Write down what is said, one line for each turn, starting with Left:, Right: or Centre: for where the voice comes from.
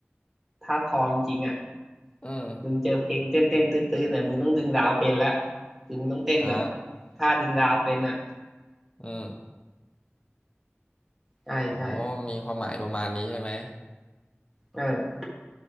Centre: ธาตุทองจริงๆอ่ะ
Left: อืม
Centre: มึงเจอเพลงเต้นเต้นตื้อๆเนี่ยมึงต้องดึงดาวเป็นละคือมึงต้องเต้นแบบ
Left: อ่า
Centre: ท่าดึงดาวเป็นอ่ะ
Left: อืม
Centre: ใช่ใช่
Left: อ๋อมีความหมายประมาณนี้ใช่ไหม
Centre: เออ